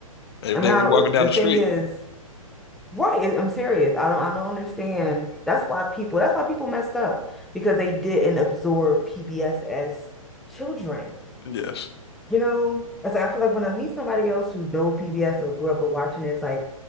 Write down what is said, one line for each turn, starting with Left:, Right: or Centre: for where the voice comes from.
Left: Every
Centre: I
Left: day
Centre: mean how
Left: when you're walking
Centre: the
Left: down the
Centre: thing
Left: street.
Centre: is Right. I'm serious. I don't I don't understand. That's why people that's why people messed up because they didn't absorb PBS as children.
Left: Yes.
Centre: You know, it's like I feel like when I meet somebody else who know PBS or grew up with watching it, it's like